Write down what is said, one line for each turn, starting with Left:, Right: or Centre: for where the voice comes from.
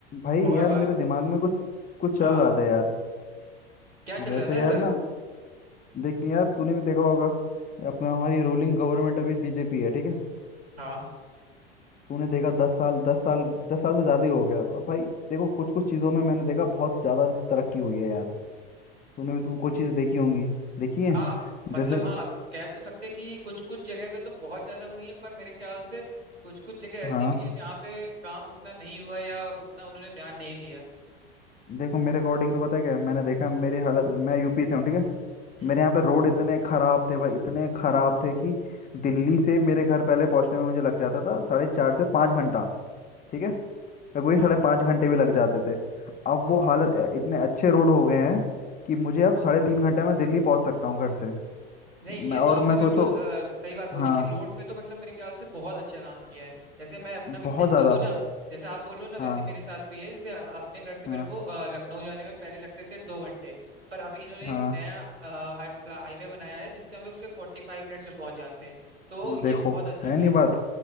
Left: भाई
Right: और
Left: यार
Right: बात
Left: मेरे दिमाग में कुछ कुछ
Right: हाँ
Left: चल रहा था यार
Right: क्या चल
Left: जैसे
Right: रहा था ऐसा
Left: यार ना देख यार तूने भी देखा होगा अपना हमारी रूलिंग गवर्नमेंट अभी बीजेपी है ठीक है
Right: हाँ
Left: तूने देखा दस साल दस साल दस साल से ज़्यादा ही हो गया और भाई देखो कुछ कुछ चीज़ों में मैंने देखा बहुत ज़्यादा तरक्की हुई है यार तुमने भी तो कुछ चीज़ देखी होंगी देखी है
Right: हाँ मतलब
Left: जैसे
Right: हाँ कह तो सकते कि कुछ कुछ जगह पे तो बहुत ज्यादा हुई है पर मेरे ख्याल से कुछ कुछ जगह ऐसी
Left: हाँ
Right: भी है जहाँ पे काम उतना नहीं हुआ या उतना उन्होंने ध्यान नहीं दिया
Left: देखो मेरे अकॉर्डिंग तो पता है क्या है, मैंने देखा मेरे हालत मैं यूपी से हूँ ठीक है
Right: हम्म
Left: मेरे यहाँ पे रोड इतने खराब थे भाई इतने खराब थे कि दिल्ली से मेरे घर पहले पहुँचने में मुझे लग जाता था साढ़े चार से पाँच घंटा ठीक है और वही
Right: हाँ
Left: साढ़े पाँच घंटे भी लग जाते थे अब वो हालत ए- इतने अच्छे रोड हो गए हैं कि मुझे अब साढ़े तीन घंटे में दिल्ली पहुँच सकता हूँ घर से
Right: नहीं
Left: मैं
Right: ये
Left: और
Right: तो आपने
Left: मैं सोचो
Right: बिल्कुल अ, सही बात बोली
Left: हाँ
Right: कि रोड पे तो मतलब मेरे ख्याल से बहुत अच्छा काम किया है जैसे मैं अपना भी
Left: बहुत
Right: एग्जांपल
Left: ज़्यादा
Right: दूं ना जैसे आप बोल रहे हो ना वैसे
Left: हाँ
Right: ही मेरे साथ भी है जैसे अ- अपने घर से
Left: हाँ
Right: मेरे को अ, लखनऊ जाने में पहले लगते थे दो घंटे पर अभी इन्होंने
Left: हाँ
Right: एक नया अ, हाई, फ्ला- हाईवे बनाया है जिससे हम लोग सिर्फ फोर्टी फाइव मिनट्स में पहुंच जाते हैं तो ये
Left: देखो
Right: बहुत अच्छी
Left: है
Right: चीज
Left: नहीं बात
Right: है